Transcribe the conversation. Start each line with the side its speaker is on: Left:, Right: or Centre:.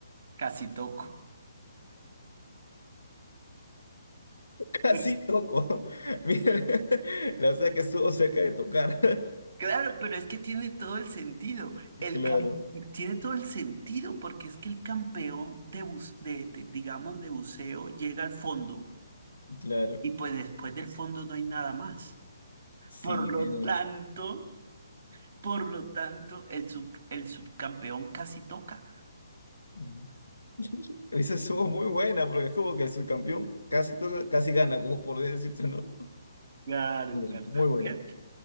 Right: Casi Toco.
Left: Casi
Right: Pero-
Left: toco. <laughs> Mira, <laughs> la verdad que estuvo cerca de tocar. <laughs>
Right: claro, pero es que tiene todo el sentido. El
Left: Claro,
Right: cam- tiene todo el sentido porque es que el campeón de, bus- de, de, digamos, de buceo llega al fondo
Left: claro.
Right: y pues después del fondo no hay nada más.
Left: Sí,
Right: Por lo
Left: tiene
Right: tanto, por lo tanto, el, sub- el subcampeón casi toca.
Left: Mm. <laughs> Esa estuvo muy buena porque es como que el subcampeón casi toca, casi gana, como por decirte, ¿no?
Right: Claro,
Left: Muy
Right: claro.
Left: buena, muy buena.
Right: ¿Ves?